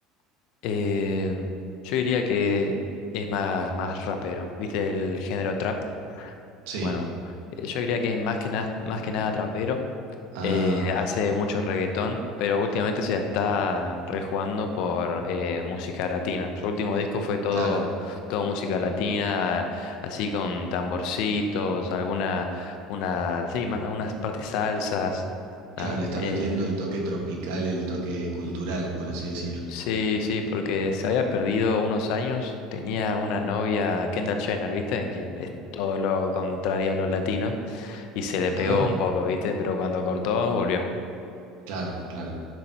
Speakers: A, on the left; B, on the right.
A: Eh, yo diría que es más, más rapero. ¿Viste el género trap?
B: Sí,
A: Bueno, eh, yo diría que es más que nada, más que nada trapero.
B: ah,
A: Eh, hace mucho reggaetón, pero últimamente se la está rejugando por eh, música latina. Su último disco fue todo,
B: claro,
A: todo música latina, así con tamborcitos, alguna, una, sí, ma- unas partes salsas. Nada,
B: claro, le está
A: eh,
B: metiendo el toque tropical, el toque cultural, por así decir.
A: Sí, sí, porque se había perdido unos años, tenía una novia, Kendall Jenner, ¿viste? Que es todo lo contrario a los latinos, y se le pegó
B: Ajá,
A: un poco, ¿viste? Pero cuando cortó, volvió.
B: claro, claro.